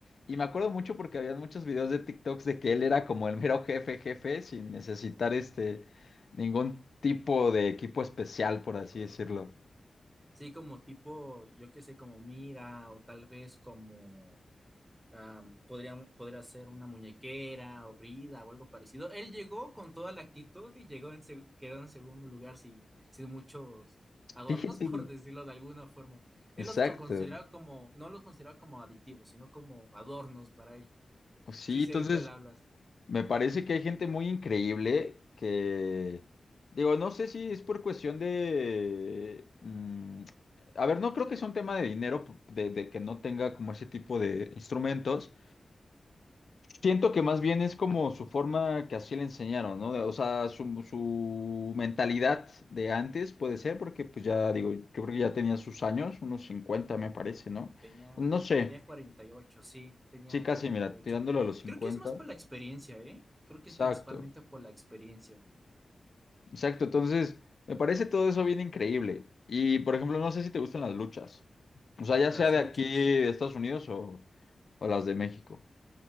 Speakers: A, on the left; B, on the right.
A: Y me acuerdo mucho porque había muchos videos de TikToks de que él era como el mero jefe, jefe, sin necesitar este ningún tipo de equipo especial, por así decirlo.
B: Sí, como tipo, yo qué sé, como mira, o tal vez como am, podría, podría ser una muñequera o brida o algo parecido. Él llegó con toda la actitud y llegó en, seg- quedó en segundo lugar sin, sin muchos adornos,
A: Sí, sí, sí,
B: <laughs> por decirlo de alguna forma. Él
A: exacto.
B: los to- consideraba como, no los consideraba como aditivos, sino como adornos para él.
A: Sí,
B: Sí sé
A: entonces...
B: de cuál hablas.
A: Me parece que hay gente muy increíble que, digo, no sé si es por cuestión de... mm, a ver, no creo que sea un tema de dinero, p- de, de que no tenga como ese tipo de instrumentos. Siento que más bien es como su forma que así le enseñaron, ¿no? De- O sea, su, su mentalidad de antes puede ser, porque pues ya digo, yo creo que ya tenía sus años, unos 50 me parece, ¿no?
B: Tenía,
A: No
B: cu-
A: sé,
B: tenía cuarenta y ocho sí, tenía
A: sí, casi,
B: cuarenta
A: mira,
B: y ocho
A: tirándolo a los cincuenta
B: Creo que es más por la experiencia, ¿eh? Creo que
A: Exacto.
B: es principalmente por la experiencia.
A: Exacto, entonces me parece todo eso bien increíble. Y por ejemplo, no sé si te gustan las luchas. O sea, ya
B: las
A: sea de
B: luchas.
A: aquí, de Estados Unidos o, o las de México.